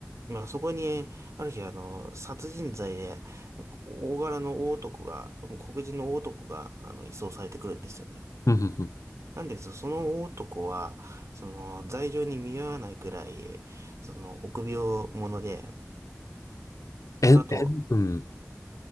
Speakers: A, on the right (about 65°); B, on the left (about 85°).
A: まあそこに、ある日あの、殺人罪で、大柄の大男が、黒人の大男が、あの、移送されてくるんですよね。
B: うんうんうん
A: なんですけど、その大男は、その、罪状に見合わないくらい、その、臆病者で、
B: えん、
A: あと、
B: えん、うん。